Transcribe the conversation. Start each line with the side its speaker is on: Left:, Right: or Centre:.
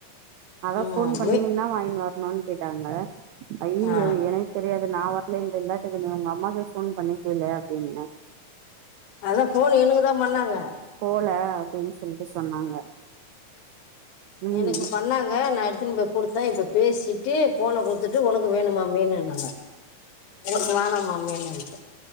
Right: அதான்
Left: ம்
Right: போன் பண்ணி
Left: ம்
Right: என்னா வாங்கி வரணும்னு கேட்டாங்க ஐயாயோ
Left: ஆ
Right: எனக் தெரியா நான் வரல இந்த வில்லாட்டுக்கு நீ உங்க அம்மாக்கு போன் பண்ணிக் கேலு அப்படின்னே
Left: அதா போணு எணுக்குதா பண்ணாங்க
Right: இல்ல அப்படினு சொல்டு சொன்னாங்க ம்
Left: எணுக்கு பண்ணா ங்க நா கொடுத்தா இப்ப பேசிட்டு போன கொடுத்துட்டு உனக்கு வேணுமா மீனுனாங்க கு வேணாம்மா மீனு <inaudible>